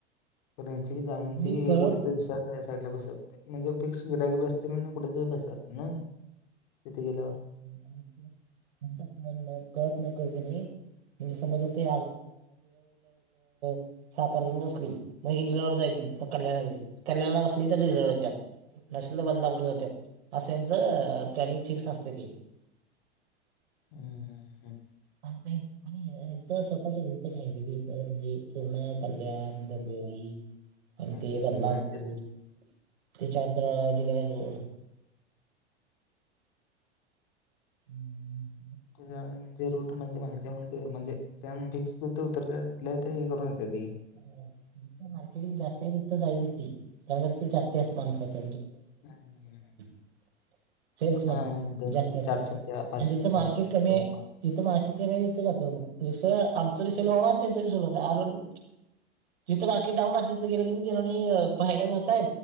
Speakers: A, on the left; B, on the right.
A: पुण्याची गाऊनची
B: मी कळत
A: ये उडते सर या साईडला बसवते. म्हणजे फिक्स गिरायक बी असतील न, आणि कुठेतरी बसतील न तिथे गेल्यावर
B: त्यांचा फोन न कळत न कळते <unintelligible> म्हणजे समज ते <unintelligible> सात आठ जण बसली मग ही <unintelligible> नाही मग कल्याण जाईल. कल्याणला बसली तर रिझर्व होत्याय. नशिल तर बदलाय कुठं जात्यात असेनचं प्लॅनिंग फिक्स असते ते.
A: हम्म.
B: आमच हेचं स्वतःच रूपच आहे र म्हणजे <unintelligible> कल्याण डोंबिवली आणि
A: काहीतरी
B: ते बदलापूर.
A: माहिती असते
B: ते चांतरा <unintelligible> रोड. हम्म <inaudible>
A: तुझा म्हणजे रूट म्हणजे माहित ते म्हंटले ते म्हणजे त्या फिक्स उत्तर दिले हे करून येतं ती.
B: मार्केटिंग जास्त आहे तिथं जाईत होती. <unintelligible> जास्त त्याच माणसात
A: हम्म.
B: <unintelligible> सेल्समॅन
A: हा एक दोनशे
B: जास्ती असत्यात.....
A: चारशे द्या पाचशे
B: आणि जिथे
A: द्या
B: मार्केट कमी आहे
A: मग
B: जिथे मार्केट कमी आहे तिथे जात मग जसं आमचा बी सेल होवा आणि तत्यांचा बी सेल होतोय जिथं बाकी डाऊन असेल, तीथ गेलो की.. पाहायला बी होताय..